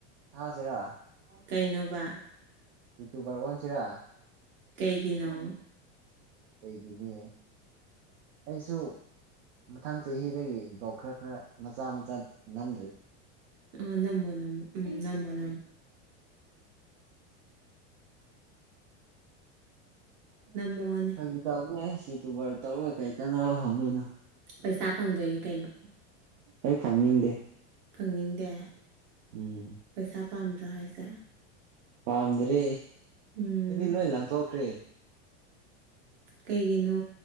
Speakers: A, on the right (about 65°); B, on the right (about 45°).
A: ꯊꯥꯁꯤꯔꯥ
B: ꯀꯩꯅꯣꯕ
A: ꯌꯨꯇꯨꯕꯔ ꯑꯣꯟꯁꯤꯔꯥ
B: ꯀꯩꯒꯤꯅꯣ
A: ꯀꯩꯒꯤꯅꯦ ꯑꯩꯁꯨ ꯃꯊꯪ ꯆꯍꯤꯗꯒꯤ ꯕ꯭ꯂꯣꯛ ꯈꯔ ꯈꯔ ꯃꯆꯥ ꯃꯆꯥ ꯅꯝ
B: ꯅꯝꯃꯣ ꯅꯝꯃꯣ ꯅꯝꯃꯣ ꯎꯝ ꯅꯝꯃꯣ ꯅꯝꯃꯣ ꯅꯝꯃꯥ ꯑꯣꯟ
A: ꯐꯥꯒꯤ ꯇꯧꯕꯅꯦꯍꯦ ꯌꯨꯇꯨꯕꯔ ꯇꯧꯔꯒ ꯀꯩ ꯀꯥꯟꯅꯕ ꯐꯪꯗꯣꯏꯅꯣ
B: ꯄꯩꯁꯥ ꯐꯪꯗꯣꯏꯅꯤ ꯀꯩꯅꯣ
A: ꯑꯩ ꯐꯪꯅꯤꯡꯗꯦ
B: ꯐꯪꯅꯤꯡꯗꯦ
A: ꯎꯝ
B: ꯄꯩꯁꯥ ꯄꯥꯝꯗ꯭ꯔꯣ ꯍꯥꯏꯁꯦ
A: ꯄꯥꯝꯗ꯭ꯔꯦ
B: ꯎꯝ
A: ꯑꯩꯗꯤ ꯂꯣꯏ ꯂꯪꯊꯣꯛꯈ꯭ꯔꯦ
B: ꯀꯩꯒꯤꯅꯣ